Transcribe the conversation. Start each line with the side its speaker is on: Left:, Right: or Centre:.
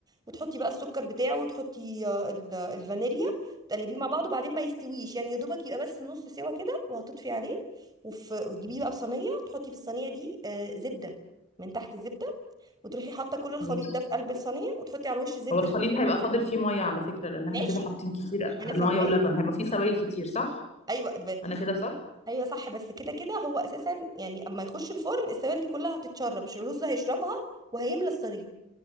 Right: وتحطي بقى السكر بتاعه وتحطي آه، ال- الفانيليا تقلبيه مع بعض وبعدين ما يستويش يعني يا دوبك يبقى بس نص سوا كده وهتطفي عليه وف- وتجيبيه بقى في صينيه تحطي في الصينيه دي آه، زبده من تحت زبده وتروحي حاطه كل الخليط
Left: ماشي
Right: ده في قلب الصينيه وتحطي على الوش زبده
Left: هو الخليط
Right: تاني
Left: هيبقى فاضل فيه مية على فكرة لأن احنا
Right: ماشي
Left: كده حاطين كتير
Right: انا
Left: المية
Right: فاهماك
Left: ولبن هيبقى فيه سوائل كتير صح؟
Right: ايوه
Left: أنا كده صح؟
Right: ايوه صح بس كده كده هو اساسا يعني اما يخش الفرن السوائل دي كلها هتتشرب مش الرز هيشربها وهيملى الصينيه